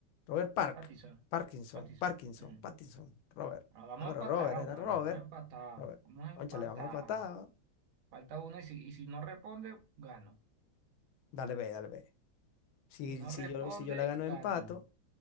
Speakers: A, on the left; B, on the right.
A: Robert Park,
B: Pattinson.
A: Parkinson,
B: Pattinson.
A: Parkinson,
B: Mm.
A: Pattinson, Robert.
B: Ah, vamos
A: Ah, pero
B: empatados,
A: Robert, era
B: mano.
A: Robert,
B: Vamos empatados.
A: Robert.
B: Vamos empatados.
A: le vamos a empatar.
B: Falta uno y si, y si no responde, gano.
A: Dale, ve, dale, ve. Si,
B: Si no
A: si
B: responde,
A: yo, si yo la gano
B: gano.
A: empato,